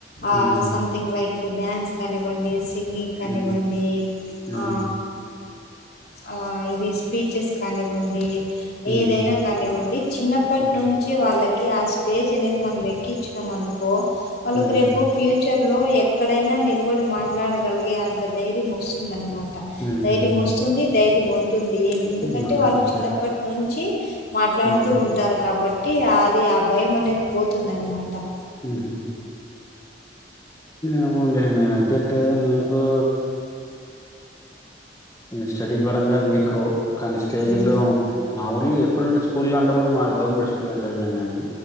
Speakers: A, on the left (about 60°); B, on the left (about 15°).
A: ఆ
B: ఉమ్,
A: సమ్థింగ్ లైక్ డ్యాన్స్ కానివ్వండి సింగింగ్ కానివ్వండి
B: ఉమ్, ఉమ్,
A: ఆ ఆ ఇది స్పీచెస్ కానివ్వండి
B: ఉమ్,
A: ఏదైనా కానివ్వండి చిన్నప్పటి
B: ఉమ్,
A: నుంచి వాళ్ళకి క ఆ స్టేజ్ అనేది మనం ఎక్కించినాం అనుకో వాళ్ళకు
B: ఉమ్,
A: రేపు ఫ్యూచర్ లో ఎక్కడైనా నిలబడి మాట్లాడగలిగే అంత ధైర్యం వస్తుంద అన్నమాట
B: ఉమ్, ఉమ్,
A: ధైర్యం వస్తు ధైర్యము ఉంటుంది ఎందుకంటే
B: ఉమ్, ఓకే
A: వాళ్ళు
B: ఓకే
A: చిన్నప్పటి నుంచి మాట్లాడుతూ
B: ఉమ్,
A: ఉంటారు కాబట్టి అది ఆ భయం అనేది పోతుందన్నమా ట
B: హ <inaudible> ఒండ మే కంటే నాకు స్టడీ పరంగా మీకు కానీ స్టేజ్
A: హ్మ్.
B: లో మా ఊళ్ళు ఎప్పు ఎప్పుడుంటే స్కూలంటే అంటే కూడా మాది గవర్నమెంట్ స్కూల్లోనే చదివాను నేను